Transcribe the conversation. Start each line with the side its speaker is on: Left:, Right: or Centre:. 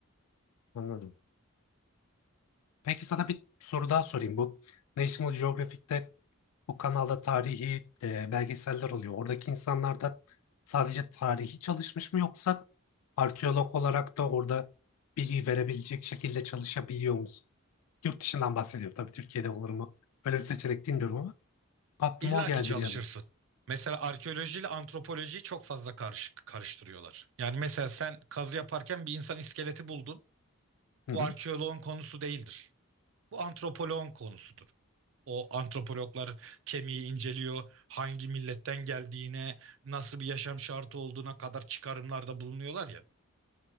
Left: anladım. Peki sana bir soru daha sorayım. Bu National Geographic'te bu kanalda tarihi e, belgeseller oluyor. Oradaki insanlar da sadece tarihi çalışmış mı yoksa arkeolog olarak da orada bilgi verebilecek şekilde çalışabiliyor musun? Yurt dışından bahsediyorum. Tabii Türkiye'de olur mu? Böyle bir seçenek bilmiyorum ama aklıma
Right: İlla
Left: o geldi
Right: ki çalışırsın.
Left: bir an.
Right: Mesela arkeolojiyle antropolojiyi çok fazla karış, karıştırıyorlar. Yani mesela sen kazı yaparken bir insan iskeleti buldun.
Left: Hı hı.
Right: Bu arkeoloğun konusu değildir. Bu antropoloğun konusudur. O antropologlar kemiği inceliyor, hangi milletten geldiğine, nasıl bir yaşam şartı olduğuna kadar çıkarımlarda bulunuyorlar ya.